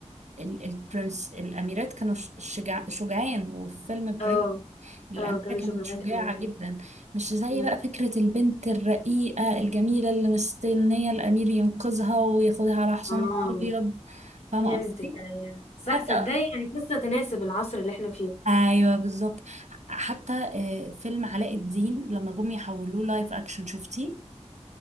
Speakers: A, on the right; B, on the left.
A: البرنس الأميرات كانوا ش- شجاع شجعان وفي فيلم بريد
B: اه
A: الأميرة
B: اه كانوا
A: كانت
B: شغلانات
A: شجاعة
B: فعلا
A: جدا مش زي
B: مم.
A: بقى فكرة البنت الرقيقة الجميلة اللي مستنية الأمير ينقذها وياخدها على حصانه
B: اه
A: الأبيض فاهمة
B: فهمتك
A: قصدي؟
B: أيوة. صح
A: حتى
B: تصدقي يعني لسه تناسب العصر اللي احنا فيه
A: أيوه بالظبط حتى آه، فيلم علاء الدين لما جم يحولوه لايف أكشن شفتيه